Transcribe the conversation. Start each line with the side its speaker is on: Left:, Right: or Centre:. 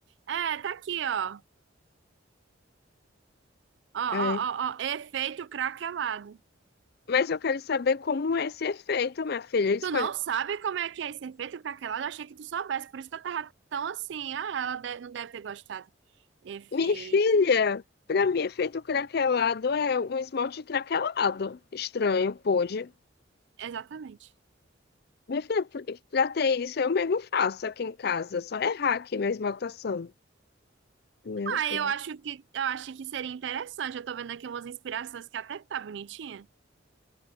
Right: É, tá aqui, ó. Ó, ó,
Left: Ai.
Right: ó, ó, efeito craquelado.
Left: Mas eu quero saber como é esse efeito, minha filha. Eles
Right: Tu não sabe como é que é esse efeito craquelado? Eu achei que tu soubesse, por isso que eu tava tão assim. Ah, ela de- não deve ter gostado. Efeito.
Left: Minha filha, pra mim, efeito craquelado é um esmalte craquelado. Estranho, pode.
Right: Exatamente.
Left: Minha filha, pra pra ter isso, eu mesmo faço aqui em casa. Só errar aqui minha esmaltação. Meu
Right: Ah,
Left: Deus.
Right: eu acho que eu acho que seria interessante. Eu tô vendo aqui umas inspirações que até tá bonitinha.